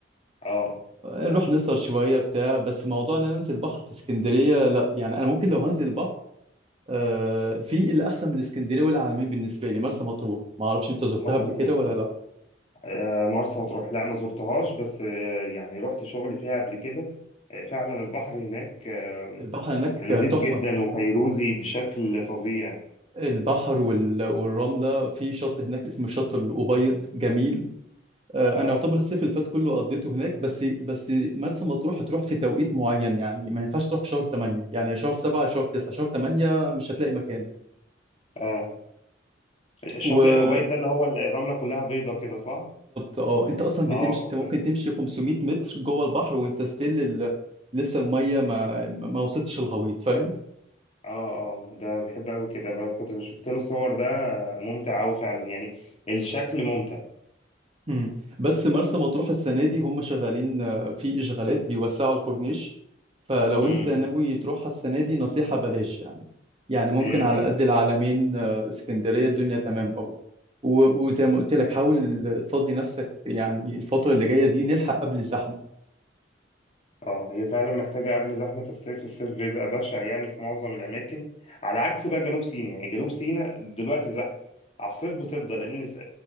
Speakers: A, on the left (about 35°); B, on the right (about 30°).
A: اه
B: آه، نروح نسهر شويه بتاع بس موضوع ان انا انزل بحر في اسكندريه لا يعني انا ممكن لو هنزل بحر آه، في اللي احسن من اسكندريه والعالمين بالنسبه لي مرسى مطروح ما اعرفش انت زرتها
A: مرسى
B: قبل
A: مطروح
B: كده ولا لا
A: آه، مرسى مطروح لا ما زرتهاش بس آه، يعني رحت شغلي فيها قبل كده آه، فعلا البحر هناك آه،
B: البحر هناك
A: نضيف
B: تحفه
A: جدا وفيروزي بشكل فظيع
B: البحر وال- والرمله في شط هناك اسمه شط الابيض جميل آه،
A: اه
B: انا يعتبر الصيف اللي فات كله قضيته هناك بس بس مرسى مطروح هتروح في توقيت معين يعني ما ينفعش تروح في شهر 8 يعني يا شهر 7 يا شهر 9 شهر 8 مش هتلاقي مكان
A: اه شاطئ
B: وبالظبط
A: الأوبايد ده اللي هو الرملة كلها بيضة كده صح؟
B: اه انت اصلا بتمشي
A: اه كنت
B: انت ممكن
A: اه
B: تمشي 500 متر جوه البحر وانت ستيل ال... لسه الميه ما ما وصلتش الغويط فاهم
A: اه ده بحب قوي كده ب- كنت شفت له صور ده ممتع قوي فعلا يعني الشكل ممتع
B: مم. بس مرسى مطروح السنة دي هم شغالين آه، في إشغالات بيوسعوا الكورنيش فلو
A: امم
B: أنت ناوي تروحها السنة دي نصيحة بلاش يعني يعني ممكن
A: إمم،
B: على
A: إمم.
B: قد العلمين آه، اسكندرية الدنيا تمام أوي و- وزي ما قلت لك حاول تفضي نفسك يعني الفترة اللي جاية دي نلحق قبل الزحمة
A: اه هي فعلا محتاجة قبل زحمة الصيف الصيف بيبقى بشع يعني في معظم الأماكن على عكس بقى جنوب سيناء يعني جنوب سيناء دلوقتي زحمة على الصيف بتفضل لأن س-